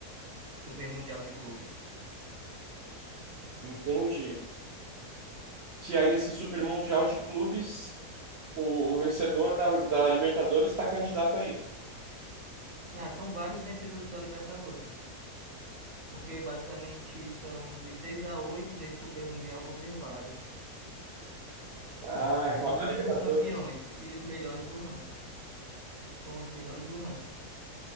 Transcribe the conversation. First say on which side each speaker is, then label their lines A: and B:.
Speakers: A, on the right; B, on the right.
A: Super Mundial de clubes.
B: Entende? Que aí esse Super Mundial de Clubes, o, o vencedor da, da Libertadores está candidato aí.
A: É, são vários vencedores da Libertadores. Porque basicamente são de 6 a 8 nesse Super Mundial vão ser vários.
B: Ah, então
A: Os
B: a
A: últimos
B: Libertadores.
A: campeões e os melhores do ranking. Com os melhores do ranking.